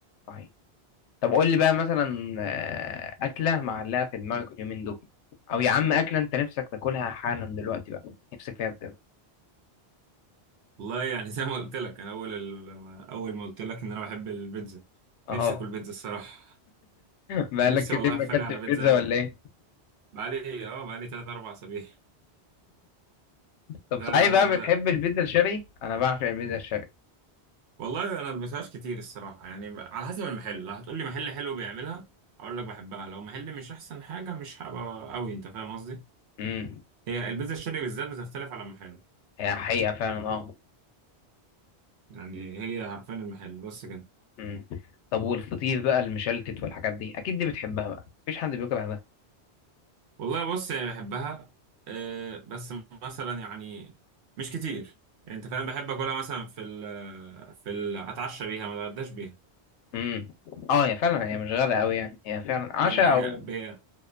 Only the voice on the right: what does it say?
والله يعني زي ما قلت لك انا اول ال- لما- اول ما قلت لك ان انا بحب البيتزا
نفسي اكل بيتزا الصراحه
نفسي
والله
افني
على بيتزا
قوي
بقالي اه بقالي 3 4 اسابيع
لا
لا
لا
لا
والله انا ما بسمعش كتير الصراحه يعني ب- على حسب المحل لو هتقول لي محل حلو بيعملها اقول لك بحبها لو محل مش احسن حاجه مش هبقى قوي انت فاهم قصدي
هي البيتزا الشرقي بالذات بتختلف على المحل
يعني هي حرفيا المحل بس كده
والله بص يعني بحبها أه بس مثلا يعني مش كتير يعني انت فاهم بحب اكلها مثلا في ال في ال اتعشى بيها ما اتغداش بيها
هي هي
هي